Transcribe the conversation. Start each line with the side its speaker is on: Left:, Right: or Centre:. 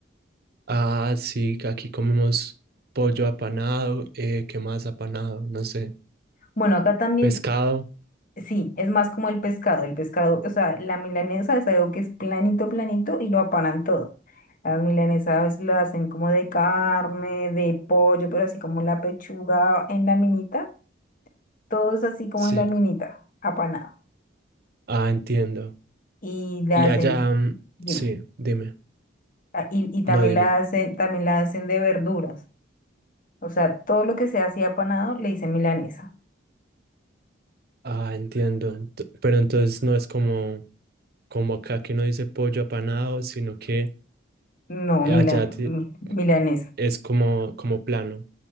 Right: Ah, sí, que aquí comemos pollo apanado, eh, ¿qué más apanado? No sé,
Left: Bueno, acá también,
Right: pescado,
Left: sí, es más como el pescado, el pescado, o sea, la milanesa es algo que es planito, planito y lo apanan todo. Las milanesas lo hacen como de carne, de pollo, pero así como la pechuga en laminita, todo es así como
Right: sí.
Left: en laminita, apanado.
Right: Ah, entiendo.
Left: Y la
Right: Y
Left: hacen,
Right: allá, mm,
Left: dime,
Right: sí, dime.
Left: ah, y, y también
Right: No, dime.
Left: la hacen, también la hacen de verduras. O sea, todo lo que sea así apanado le dicen milanesa.
Right: Ah, entiendo. Ent- Pero entonces no es como, como acá que uno dice pollo apanado, sino que
Left: No,
Right: allá
Left: mila-
Right: ti-
Left: mi- milanesa.
Right: es como, como plano.